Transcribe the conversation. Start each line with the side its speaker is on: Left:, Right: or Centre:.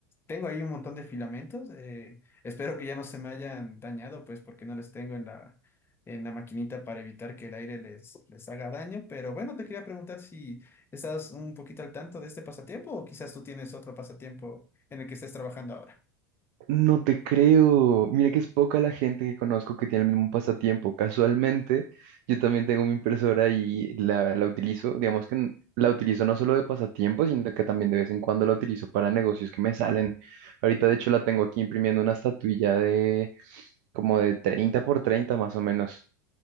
Left: tengo ahí un montón de filamentos. eh, espero que ya no se me hayan dañado, pues porque no les tengo en la, en la maquinita para evitar que el aire les, les haga daño. Pero bueno, te quería preguntar si estás un poquito al tanto de este pasatiempo o quizás tú tienes otro pasatiempo en el que estés trabajando ahora.
Right: No te creo. Mira que es poca la gente que conozco que tiene el mismo pasatiempo. Casualmente, yo también tengo mi impresora y la, la utilizo, digamos que n- la utilizo no solo de pasatiempo, sino que también de vez en cuando la utilizo para negocios que me salen. Ahorita, de hecho, la tengo aquí imprimiendo una estatuilla de como de 30 por 30 más o menos.